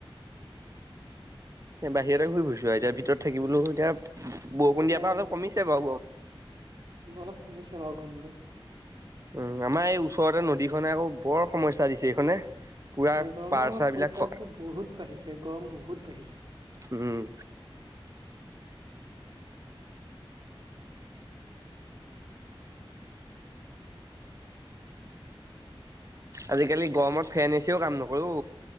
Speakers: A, on the right; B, on the right.
A: এ' বাহিৰতে ঘূৰি ফুৰিছো আৰু এতিয়া ভিতৰত থাকিবলৈও এতিয়া বৰষুণ
B: তাকে
A: দিয়াৰ পৰা অলপ কমিছে বাৰু
B: অলপ কমিছে বাও গৰমটো।
A: উম, আমাৰ এই ওচৰতে নদীখনে আকৌ বৰ সমস্যা দিছে এইখনে। পুৰা
B: গৰমৰ
A: পাৰ চাৰ বিলাক
B: পৰিত্ৰাপ
A: খ
B: তো বহুত বাঢ়িছে গৰম বহুত বাঢ়িছে।
A: উম, আজিকালি গৰমত ফেন এচিও কাম নকৰেও।